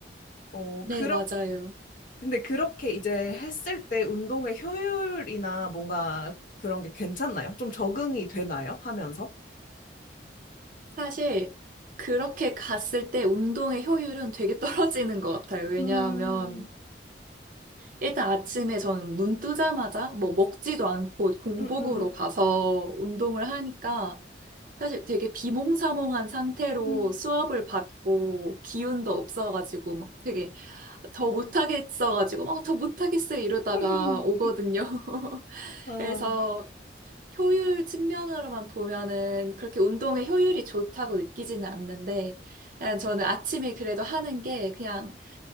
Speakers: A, on the left; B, on the right.
A: 어,
B: 네,
A: 그렇,
B: 맞아요.
A: 근데 그렇게 이제 했을 때 운동의 효율이나 뭔가 그런 게 괜찮나요? 좀 적응이 되나요? 하면서?
B: 사실 그렇게 갔을 때 운동의 효율은 되게 떨어지는 것 같아요. 왜냐하면
A: 음,
B: 일단 아침에 저는 눈 뜨자마자 뭐 먹지도 않고 공복으로
A: 음, 음,
B: 가서 운동을 하니까 사실 되게 비몽사몽한 상태로
A: 음.
B: 수업을 받고 기운도 없어가지고 막 되게 더 못하겠어가지고 막 더 못하겠어요 이러다가
A: <laughs>
B: 오거든요. <laughs>
A: 아,
B: 그래서 효율 측면으로만 보면은 그렇게 운동의 효율이 좋다고 느끼지는 않는데 그냥 저는 아침에 그래도 하는 게 그냥